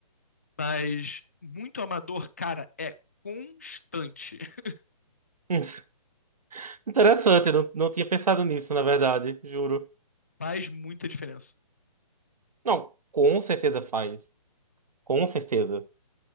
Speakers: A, on the left; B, on the right.
A: Mas muito amador, cara, é constante. <laughs>
B: Hum, <laughs> Interessante, eu não, não tinha pensado nisso, na verdade, juro.
A: Faz muita diferença.
B: Não, com certeza faz. Com certeza.